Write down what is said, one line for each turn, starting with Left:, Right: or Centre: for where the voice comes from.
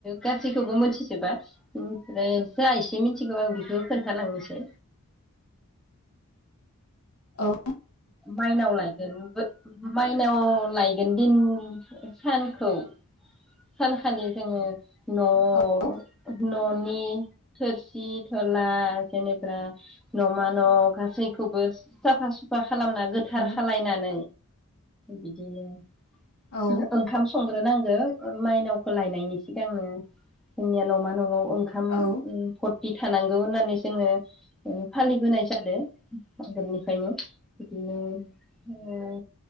Centre: गासैखौबो मिथिजोबा ओमफ्राय जा एसे मिथिगौ आं बेखौ खोन्थालांनोसै
Left: औ
Centre: माइनावलाय माइनाव लायगोन दिन सानखौ सानखालि जोङो न'
Left: औ औ
Centre: न'नि थोरसि थला जेनेबा न'मा न' गासैखौबो साफा सुफा खालामना गोथार
Left: औ
Centre: खालायनानै बिदिनो
Left: औ
Centre: ओ ओंखाम सं नांगो माइनावखौ लानायनि सिगांनो जोंनिया न'मा न'आव ओंखाम
Left: औ
Centre: ओ फ बि थानांगौ होननानै जोङो फालिबोनाय जादों ओंखायनो बिदिनो ओ